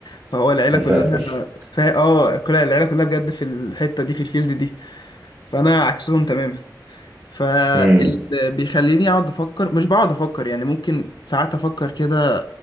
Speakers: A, on the left (about 70°); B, on the right (about 35°).
A: فهو العيله
B: يا
A: كلها
B: ساتر
A: فا اه كل العيله كلها بجد في الحته دي في الفيلد دي فانا عكسهم تماما فاللي
B: امم
A: بيخليني اقعد افكر مش بقعد افكر يعني ممكن ساعات افكر كده